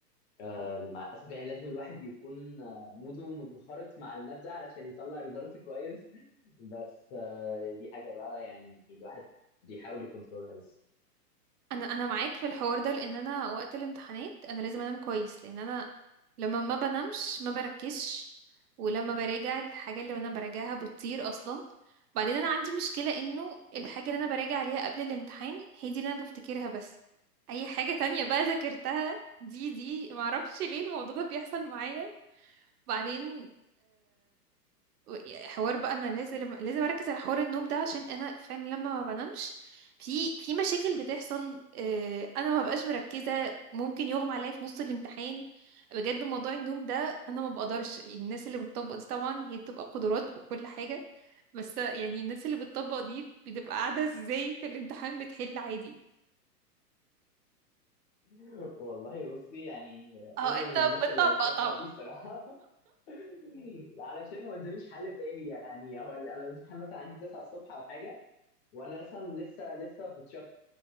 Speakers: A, on the left; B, on the right.
A: آه، مع الاسف يعني لازم الواحد يكون آه، موده منخرط مع الماده علشان يطلع ريزلت كويس <laughs> بس آه، دي حاجه بقى يعني الواحد بيحاول يكنترولها لسه
B: انا انا معاك في الحوار ده لان انا وقت الامتحانات انا لازم انام كويس لان انا لما ما بنامش ما بركزش ولما براجع الحاجه اللي انا براجعها بتطير اصلا بعدين انا عندي مشكله انه الحاجه اللي انا براجع عليها قبل الامتحان هي دي اللي انا بفتكرها بس اي حاجه تانية بقى ذاكرتها دي دي معرفش ليه الموضوع ده بيحصل معايا بعدين يعني حوار بقى انا لازم لازم اركز على حوار النوم ده عشان انا فعلا لما ما بنامش في في مشاكل بتحصل آه، انا ما ببقاش مركزه ممكن يغمى عليا في نص الامتحان بجد موضوع النوم ده انا ما بقدرش الناس اللي بتطبق دي طبعا هي بتبقى قدرات وكل حاجه بس يعني الناس اللي بتطبق دي بتبقى قاعده ازاي في الامتحان بتحل عادي
A: <laughs> والله بصي يعني
B: اه
A: انا
B: انت
A: من الناس
B: بتطبق
A: اللي بتطبق
B: طبعا
A: دي الصراحه <laughs> علشان ما قداميش حل تاني يعني هو ال- انا الامتحان مثلا عندي 9 الصبح او حاجه وانا اصلا لسه لسه في تشابتر